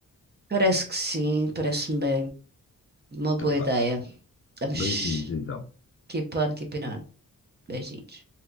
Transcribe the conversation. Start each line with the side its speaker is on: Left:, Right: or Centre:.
Right: Parece que sim, parece-me bem, uma
Left: Então
Right: boa
Left: vá.
Right: ideia. Vamos
Left: Beijinhos então.
Right: keep on keeping on. Beijinhos.